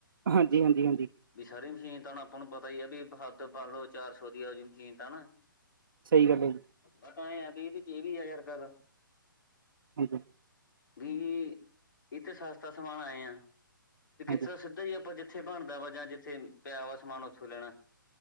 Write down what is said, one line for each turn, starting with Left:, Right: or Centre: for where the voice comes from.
Right: ਹਾਂਜੀ- ਹਾਂਜੀ ਹਾਂਜੀ।
Left: ਸਾਰੀ ਮਸ਼ੀਨ ਤਾਂ ਹੁਣ ਆਪਾਂ ਨੂੰ ਪਤਾ ਈ ਆ ਬ ਹੱਦ ਪਾ ਲਓ, ਚਾਰ ਸੌ ਦੀ ਆ ਜ ਮਸ਼ੀਨ ਤਾਂ ਹਨਾ।
Right: ਸਹੀ ਗੱਲ ਐ ਜੀ।
Left: ਤਾਂ ਚ ਇਹ ਵੀ ਆ ਯਾਰ ਗੱਲ।
Right: ਹਾਜੀ
Left: ਇਹ ਤਾਂ ਸਸਤਾ ਸਮਾਨ ਐ ਆ <unintelligible> ਕਿਸ
Right: ਹਾਂਜੀ
Left: <unintelligible> ਜ ਆਪਾਂ ਜਿੱਥੇ ਬਣਦਾ ਵਾ ਜਾਂ ਜਿੱਥੇ ਪਿਆ ਵਾ ਸਮਾਨ ਉੱਥੋਂ ਲੈਣਾ।